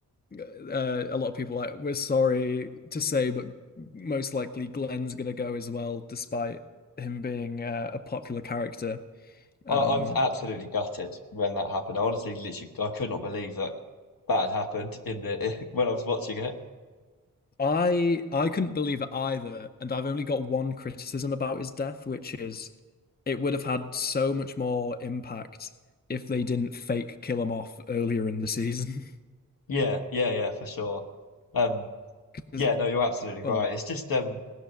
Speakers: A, on the left (about 30°); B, on the left (about 85°).
A: uh, a lot of people like, "We're sorry to say, but most likely Glenn's gonna go as well, despite him being uh, a popular character." Um,
B: I, I was absolutely gutted when that happened. I honestly, literally, I could not believe that that had happened in the <laughs> when I was watching it.
A: I I couldn't believe it either, and I've only got one criticism about his death, which is it would have had so much more impact if they didn't fake kill him off earlier in the season.
B: Yeah, yeah, yeah, for sure. Um,
A: <laughs> 'Cause-
B: yeah, no, you're absolutely
A: Well,
B: right. It's just um.